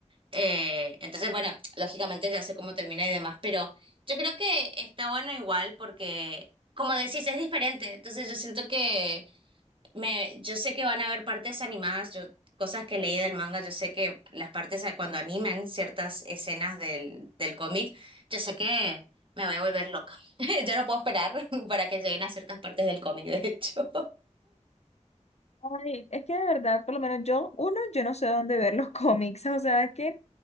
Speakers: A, on the right (about 45°); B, on the left (about 60°).
A: Eh, entonces, bueno, lógicamente ya sé cómo termina y demás, pero yo creo que está bueno igual porque, como decís, es diferente. Entonces yo siento que me, yo sé que van a haber partes animadas, yo, cosas que leí del manga, yo sé que las partes a- cuando animen ciertas escenas del, del cómic, yo sé que me voy a volver loca. <laughs> Yo no puedo esperar <laughs> para que lleguen a ciertas partes del cómic, de hecho.
B: Ay, es que de verdad, por lo menos yo, uno, yo no sé dónde ver los cómics, <laughs> o sea, es que